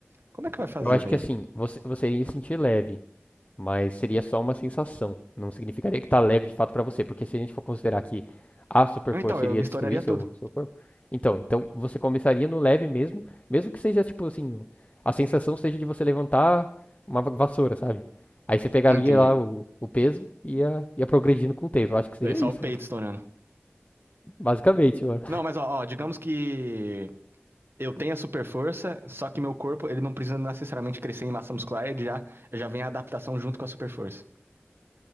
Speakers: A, on the right; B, on the left.
A: Como é que vai fazer
B: Eu acho
A: daí?
B: que assim, você, você iria se sentir leve. mas seria só uma sensação. Não significaria que tá leve de fato para você, porque se a gente for considerar que a super
A: Então,
B: força
A: eu
B: iria
A: me
B: destruir
A: estouraria
B: seu,
A: todo.
B: seu corpo, então, então você começaria no leve mesmo, mesmo que seja tipo assim, a sensação seja de você levantar uma va- vassoura, sabe? Aí você pegaria
A: Entendi.
B: lá o, o peso e ia, ia progredindo com o tempo. Eu acho que seria
A: Daí só
B: isso,
A: o peito
B: mano.
A: estourando.
B: Basicamente, mano.
A: Não, mas ó, ó, digamos que eu tenha super força, só que meu corpo, ele não precisa necessariamente crescer em massa muscular, ele já, já vem a adaptação junto com a super força.